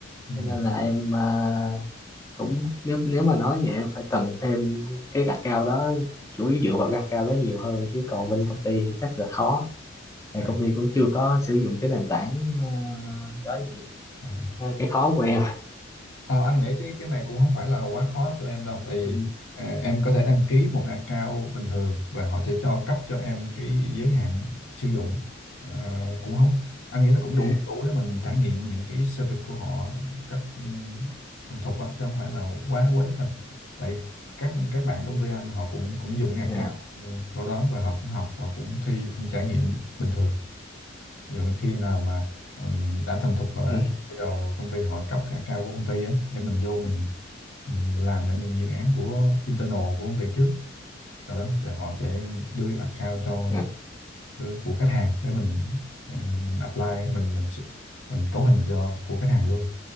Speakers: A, on the left; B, on the left.
A: ừ,
B: cho nên là em ờ, cũng nếu nếu mà nói vậy em phải cần thêm cái account đó chủ yếu dựa vào cái account đó nhiều hơn chứ còn bên công ty thì chắc là khó tại
A: à,
B: công ty cũng chưa có sử dụng cái nền tảng ờ, đó nhiều
A: à.
B: Ờ, cái khó của em
A: Ờ, anh nghĩ cái cái này cũng không phải là quá khó cho em đâu, tại vì
B: ừ.
A: ờ, em có thể đăng ký một account bình thường và họ sẽ cho cấp cho em cái giới hạn sử dụng Ờ, cũng không anh nghĩ là cũng
B: à,
A: đủ đủ để mình trải nghiệm những cái service của họ một cách ừm, thuần thục á chứ không phải là quá quá ít đâu. Tại các các bạn công ty anh họ cũng cũng dùng cái
B: à,
A: account của đó và họ cũng học và cũng thi cũng trải nghiệm bình thường rồi khi nào mà ừm, đã thành thục rồi
B: ừ.
A: á thì bây giờ công ty họ cấp cái account của công ty á để mình vô mình mình làm cho những dự án của internal của công ty trước sau đó sẽ họ sẽ đưa account cho
B: à.
A: đưa của khách hàng để mình ờ, mình apply mình mình ch- mình cấu hình cho của khách hàng luôn